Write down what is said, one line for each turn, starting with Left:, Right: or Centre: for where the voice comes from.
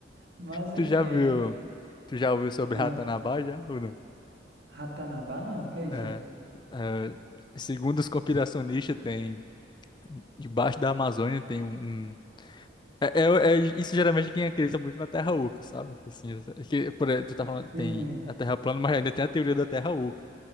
Right: Mas
Left: Tu
Right: enfim,
Left: já
Right: é
Left: viu?
Right: muito.
Left: Tu já ouviu sobre
Right: Ah,
Left: Ratanabá já? Ou não?
Right: Ratanabá não, que é isso?
Left: É, é, segundo os conspiracionistas, tem debaixo da Amazônia tem um, um- é, é- é isso geralmente quem acredita muito na Terra Oca, sabe? Assim, essa- que, por, tu tá falando,
Right: Sim,
Left: tem a Terra plana, mas ainda tem a teoria da Terra Oca.